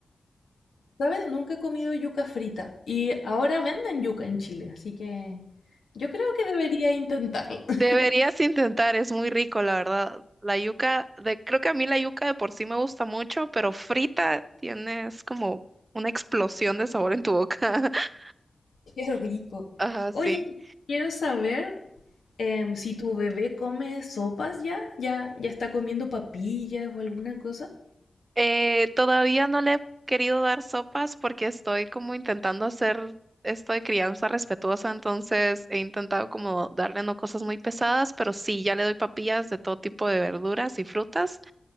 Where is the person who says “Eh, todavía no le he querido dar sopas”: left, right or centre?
Right